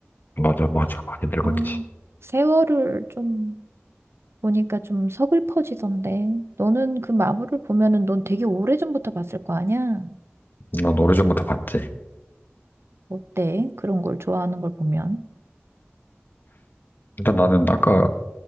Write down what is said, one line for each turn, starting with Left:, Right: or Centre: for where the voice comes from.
Left: 맞아, 맞아. 많이 늙었지.
Right: 아, 세월을 좀 보니까 좀 서글퍼지던데. 너는 그 마블을 보면은 넌 되게 오래전부터 봤을 거 아니야?
Left: 난 오래전부터 봤지.
Right: 어때? 그런 걸 좋아하는 걸 보면.
Left: 일단 나는 아까